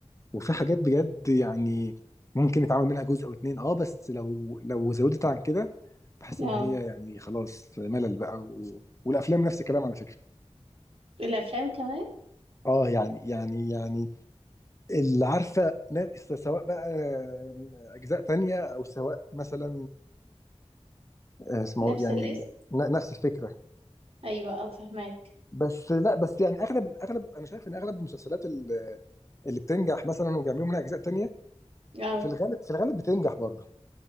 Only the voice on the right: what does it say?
اه
الافلام كمان
نفس
الاسم؟
ايوه اه فهماك
اه